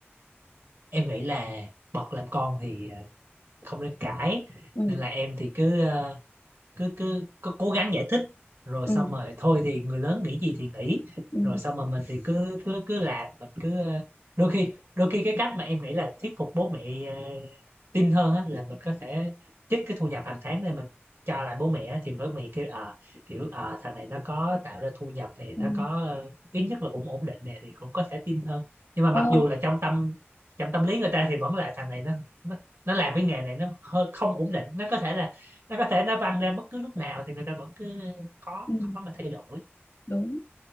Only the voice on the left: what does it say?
ừ
ừ
ừ
ừ
Ồ,
ừ
đúng